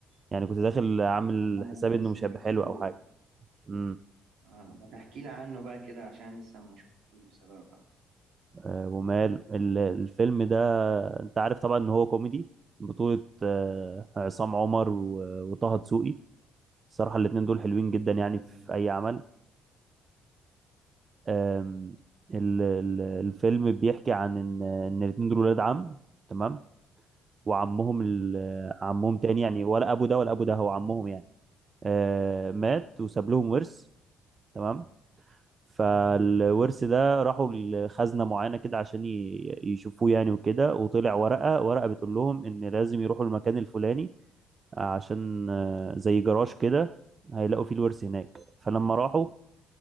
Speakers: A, on the right (about 40°); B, on the right (about 70°).
A: يعني كنت داخل عامل
B: انا
A: حسابي انه
B: لسه
A: مش
B: ما
A: هيبقى
B: شفتوش
A: حلو او حاجة امم
B: اه ما تحكي لي عنه بقى كده عشان لسه ما شفتوش بصراحة
A: آه، ومال ال- الفيلم ده انت عارف طبعا ان هو كوميدي بطولة آه، عصام عمر و- وطه دسوقي الصراحة الاتنين دول حلوين جدا يعني
B: اه
A: في اي عمل آم، ال- ال- الفيلم بيحكي عن ان ان الاتنين دول ولاد عم تمام وعمهم ال- عمهم
B: اه
A: تاني يعني ولا ابو ده ولا ابو ده هو عمهم يعني آه، مات وساب لهم ورث تمام فالورث ده راحوا لخزنة معينة كده عشان ي- يشوفوه يعني وكده وطلع ورقة ورقة بتقول لهم ان لازم يروحوا المكان الفلاني عشان آه، زي جراج كده هيلاقوا فيه الورث هناك فلما راحوا